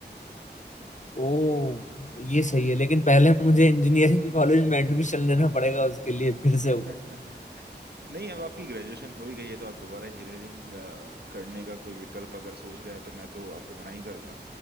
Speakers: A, on the left; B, on the right.
A: ओ ये सही है लेकिन पहले मुझे इंजीनियरिंग कॉलेज में एडमिशन लेना पड़ेगा उसके लिए फिर
B: <laughs>
A: से वो
B: नहीं अब आपकी ग्रेजुएशन हो ही गई है तो आप दोबारा इंजीनियरिंग करने का कोई विकल्प अगर सोच रहे हैं तो मैं तो आपको मना ही करूंगा